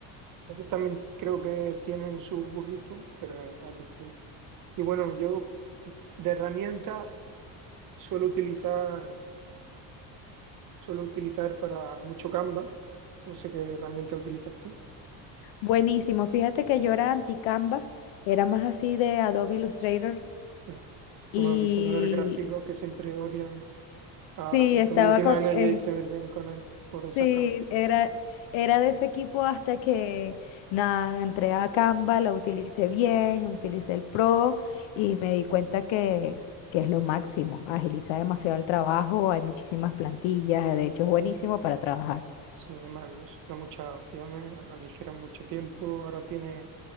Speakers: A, on the right; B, on the left.
A: ellos también creo que tienen sus burritos, pero es, es distinto. Y bueno, yo de herramienta suelo utilizar, suelo utilizar para mucho Canva. No sé qué herramienta utilizas tú.
B: Buenísimo, fíjate que yo era anti-Canva, era más así de Adobe Illustrator
A: Mm. Como
B: y
A: los diseñadores gráficos que siempre odian al
B: sí, estaba
A: community
B: con,
A: manager
B: en-
A: y se meten con él por usar
B: Sí,
A: Canva.
B: era, era de ese equipo hasta que nada, entré a Canva, lo utilicé bien, utilicé el Pro y me di cuenta que, que es lo máximo. Agiliza demasiado el trabajo, hay muchísimas plantillas, de hecho es buenísimo para trabajar.
A: Sí, es maravilloso. Da muchas opciones, aligera mucho tiempo. Ahora tiene